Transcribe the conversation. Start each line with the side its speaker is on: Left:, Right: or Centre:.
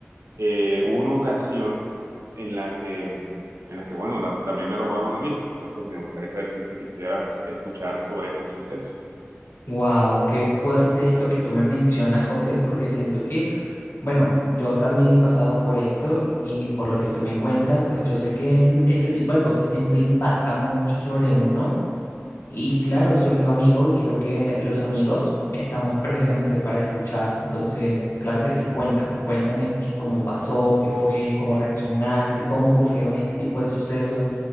Right: Eh, hubo una ocasión en la que, en la que bueno, la- también me robaron a mí, entonces me gustaría saber si quisieras escuchar sobre ese suceso.
Left: Wow, qué fuerte esto que tú me mencionas, José, porque siento que, bueno, yo también he pasado por esto y por lo que tú me cuentas, pues yo sé que mm, este tipo de cosas siempre impactan mucho sobre uno. Y claro, soy tu amigo y creo que los amigos estamos precisamente para escuchar. Entonces, claro que sí, cuéntame, cuéntame qué- cómo pasó, qué fue, cómo reaccionaste, cómo ocurrieron este tipo de sucesos.